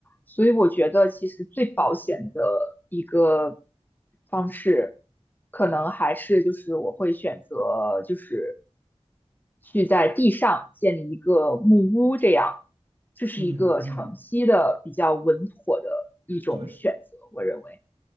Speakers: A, on the left (about 15°); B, on the right (about 65°).
A: 所以我觉得其实最保险的一个方式，可能还是就是我会选择就是去在地上建立一个木屋，这样，这是一个长期的比较稳妥的一种选择，
B: 嗯嗯，对，
A: 我认为，